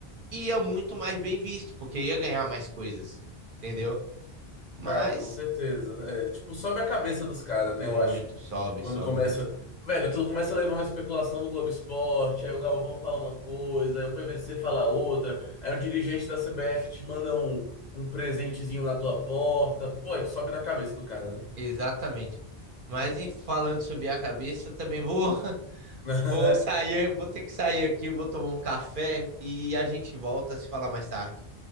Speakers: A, on the right; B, on the left.
A: e ia muito mais bem visto, porque ia ganhar mais coisas, entendeu? Mas
B: Cara, com certeza. É, tipo, sobe a cabeça dos caras,
A: muito,
B: né? Eu acho.
A: sobe,
B: Quando
A: sobe
B: começa.
A: muito.
B: Velho, tu começa a levar uma especulação do Globo Esporte, aí o Galvão fala uma coisa, aí o PVC fala outra, aí o dirigente da CBF te manda um, um presentezinho na tua porta. Pô, aí sobe na cabeça do cara, né?
A: Exatamente. Mas falando sobre a cabeça, também vou, <laughs>
B: <laughs>
A: vou sair, vou ter que sair aqui, vou tomar um café e a gente volta a se falar mais tarde.